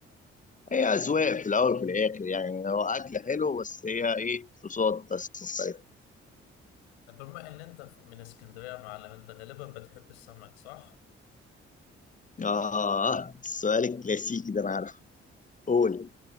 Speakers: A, on the left (about 25°); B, on the left (about 85°).
A: هي اذواق في الاول وفي الاخر يعني هو اكل حلو بس هي ايه صوصات بس مختلفه
B: بما ان انت من اسكندريه يا معلم انت غالبا بتحب السمك صح؟
A: آه السؤال الكلاسيكي ده أنا عارف قول